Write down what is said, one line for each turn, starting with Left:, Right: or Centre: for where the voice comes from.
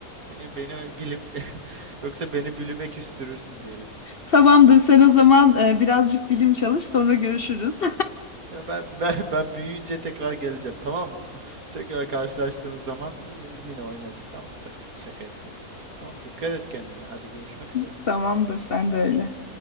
Right: Beni beni bilim <laughs> yoksa beni bilime küstürürsün diyelim.
Left: Tamamdır sen o zaman e, birazcık bilim çalış sonra görüşürüz.
Right: Ya Ben ben ben büyüyünce tekrar geleceğim, tamam mı? <laughs> Tekrar karşılaştığımız zaman e, yine oynarız, tamam mı? Tabii ki şaka yapıyorum. Tamam, dikkat et kendine. Hadi görüşmek üzere.
Left: <laughs> Tamamdır sen de öyle.